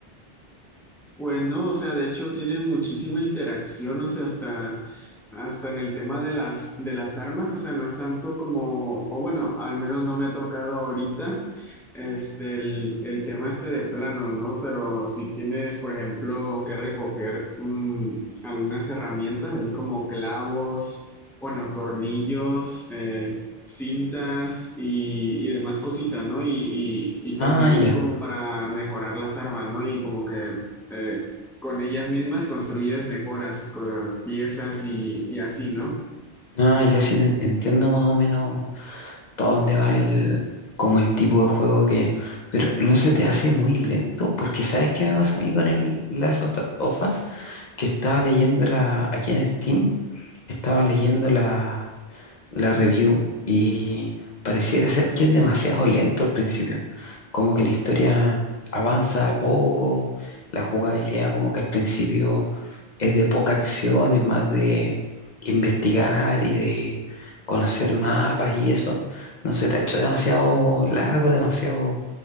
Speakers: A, in the centre; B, on the left (about 55°).
A: Pues no, o sea, de hecho tiene muchísima interacción, o sea, hasta, hasta en el tema de las, de las armas, o sea, no es tanto como, o bueno, al menos no me ha tocado ahorita, este, el, el tema este de planos, ¿no? Pero si tienes, por ejemplo, que recoger mm, algunas herramientas, así como clavos, bueno, tornillos, eh, cintas y, y demás cositas, ¿no? Y, y, y
B: Ah,
A: te sirven
B: ya.
A: como para mejorar las armas, ¿no? Y como que eh, con ellas mismas construyes mejoras, co- piezas y, y así, ¿no?
B: Ah, ya sí te en- entiendo más o menos para dónde va el, como el tipo de juego que... Pero no se te hace muy lento, porque ¿sabes qué me pasa a mí con el Last of Us? Que estaba leyendo la... Aquí en Steam, estaba leyendo la la review y pareciera ser que es demasiado lento al principio. Como que la historia avanza poco, la jugabilidad como que al principio es de poca acción, es más de investigar y de conocer mapas y eso. No se te ha hecho demasiado largo, demasiado